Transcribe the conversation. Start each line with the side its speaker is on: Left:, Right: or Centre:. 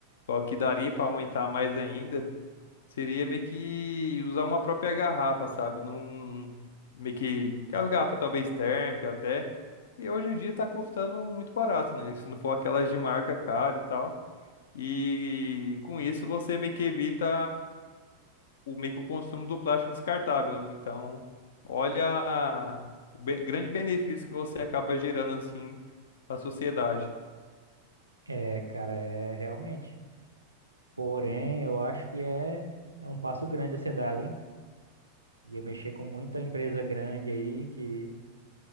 Left: só que daria para aumentar mais ainda. Seria meio que usar uma própria garrafa, sabe? Num, meio que, que as garrafas talvez térmica até. E hoje em dia tá custando muito barato, né? Se não for aquelas de marca cara e tal. E com isso você meio que evita o meio que o consumo do plástico descartável, né? Então, olha o be- grande benefício que você acaba gerando assim na sociedade.
Right: É, cara, é realmente. Porém, eu acho que é, é um passo grande a ser dado, hein? Ia mexer com muita empresa grande aí que,